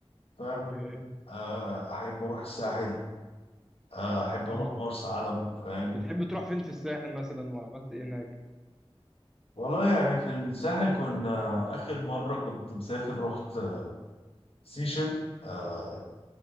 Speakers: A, on the left; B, in the centre.
A: فاهم
B: اوكي.
A: آه احب اروح الساحل آه احب
B: مم.
A: اروح مرسى علم فاهم
B: بتحب تروح فين في الساحل مثلا وعملت ايه هناك
A: والله يعني في الساحل كنا آخر مرة كنت مسافر رحت سيشن آه